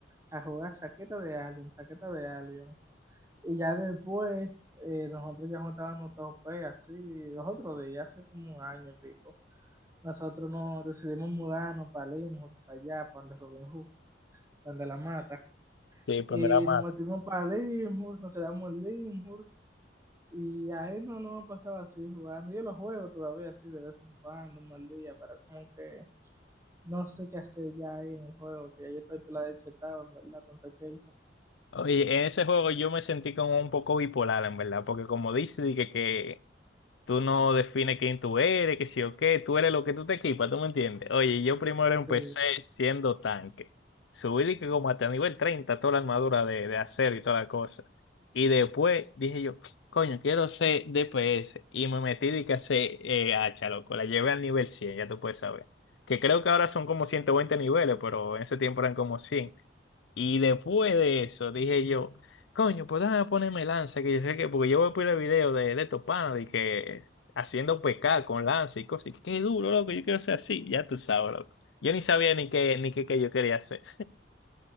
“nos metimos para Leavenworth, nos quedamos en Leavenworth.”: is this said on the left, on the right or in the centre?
Right